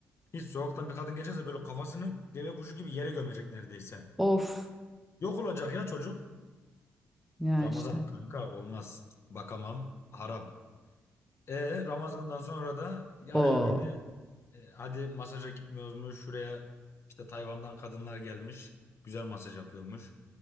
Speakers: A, on the left (about 50°); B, in the centre.
A: hiç sokaktan bir kadın geçerse böyle kafasını deve kuşu gibi yere gömecek neredeyse.
B: Of.
A: Yok olacak ya çocuk.
B: Ya
A: Ramazan
B: işte.
A: kanka olmaz. Bakamam haram. E Ramazan'dan sonra da arıyor
B: O.
A: beni. E, hadi masaja gitmiyoruz mu? Şuraya işte Tayvan'dan kadınlar gelmiş. Güzel masaj yapıyormuş.